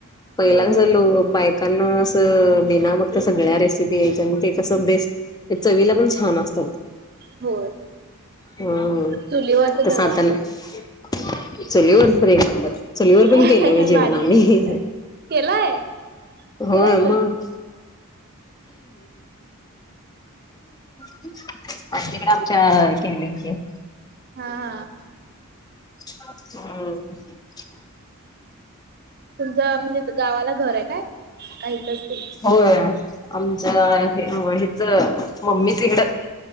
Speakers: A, on the left; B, on the right.
A: पहिलांग
B: होय
A: कस लो बा कांना असं बिना बघता सगळ्या रेसिपी यायच्या. आणि ते कस बेस, ते चवीला पण छान असत.
B: होय
A: ह
B: चुलीवरच सगळं
A: तस आता नाही. चुलीवर एक नंबर <unintelligible> चूलीवर
B: असायचं
A: पण केले बाई जेवण
B: भारीच
A: आम्ही.
B: केलाय
A: होय
B: खरंच
A: मग. <inaudible> तकडे आमच्या केले होते.
B: हा हा.
A: हम् <inaudible>
B: तुमच म्हणजे गावाला घरे काय? का इथच तुम्ही?
A: होय आमच्या हेच मम्मीच तिकडं.